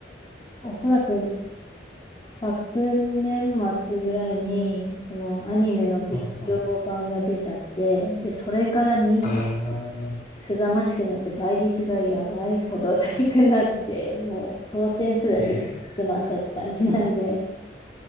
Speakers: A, on the left; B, on the left.
A: おそらく昨年末ぐらいに、そのアニメの劇場版が出ちゃって、
B: はいはい。
A: で、それから人気
B: ああ、
A: すざましくなって、倍率がやばいほど高くなって、もう当選すらできなくなったって感じなんで、
B: ええ、